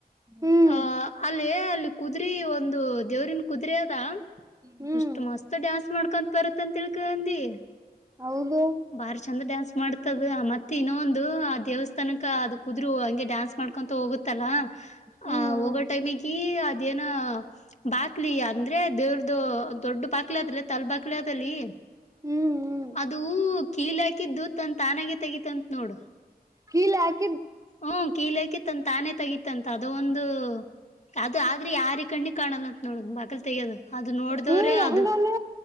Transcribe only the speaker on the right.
ಹ್ಮ್
ಹ್ಮ್
ಹೌದು
ಹ್ಮ್
ಹ್ಮ್
ಹ್ಮ್ ಹ್ಮ್
ಹಲ್ಲಾ <inaudible>
ಹ್ಮ
ಹೆಂಗಲ್ಲ